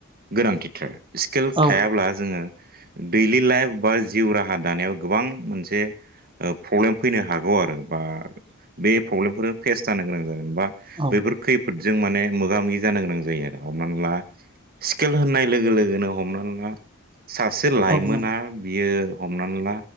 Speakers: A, on the right; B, on the right.
A: गोनांथिथार स्केल
B: औ
A: थायाब्ला जोङो दैलि लाइफ बा जिउ राहा दानायाव गोबां मोनसे ओ प्रब्लेम फैनो हागौ आरो बा बे फब्लेमफोर फेस जानो गोनां जागोन बा
B: औ
A: बैफोर खैफोदजों माने मोगा मोगि जानो गोनां जायो आरो हमनानै ला स्केल होननाय लोगो लोगोनो हमनानै ला सासे लाइमोना
B: औ नंगौ
A: बियो हमनानै ला